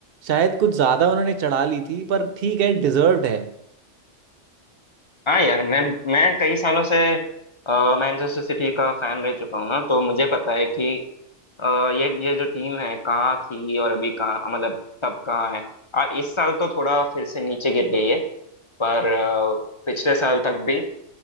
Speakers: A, on the right (about 60°); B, on the left (about 30°).
A: शायद कुछ ज्यादा उन्होंने चढ़ा ली थी पर ठीक है डिजर्व्ड है
B: हाँ यार मैं मैं कई सालों से मैनचेस्टर सिटी का फैन रह चुका हूँ ना तो मुझे पता है कि अ, ये ये जो टीम है कहाँ थी और अभी कहाँ मतलब तब कहाँ है और इस साल तो थोड़ा फिर से नीचे गिर गई है पर अ, पिछले साल तक भी